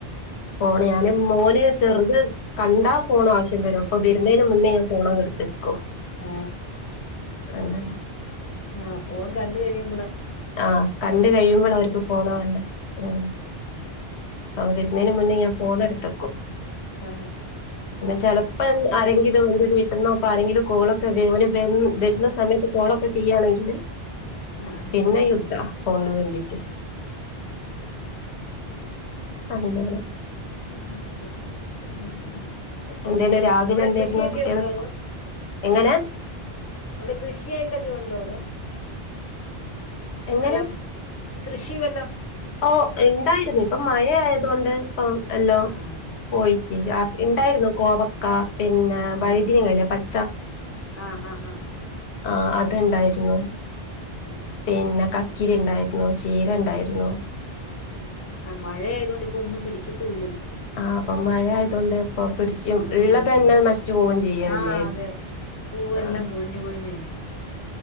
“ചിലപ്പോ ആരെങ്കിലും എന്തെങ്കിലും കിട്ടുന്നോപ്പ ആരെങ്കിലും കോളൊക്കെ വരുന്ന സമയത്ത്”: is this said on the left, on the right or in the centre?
Left